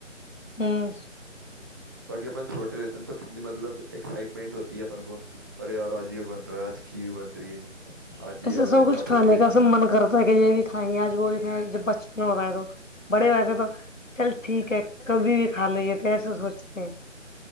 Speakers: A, on the left (about 80°); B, on the right (about 15°).
A: ہاں
B: باقی اپن چھوٹے رہتے ہیں نا تو کتنی مطلب ایکسائٹمنٹ ہوتی ہے اپن کو ارے اور آج یہ بن رہا آج کھیر بن رہی ہے آج
A: ایسے
B: یہ بنے
A: سب
B: گا
A: کچھ
B: اپن
A: کھانے
B: کو یہ
A: کا
B: کھائیں
A: سب
B: گے
A: من کرتا ہے کہ یہ بھی کھیں گے آج وہ بھی جب بچپن ہو رہا ہے تو بڑے ہو تھے تو چل ٹھیک ہے کبھی بھی کھا لی تھ ایسا سوچتے ہیں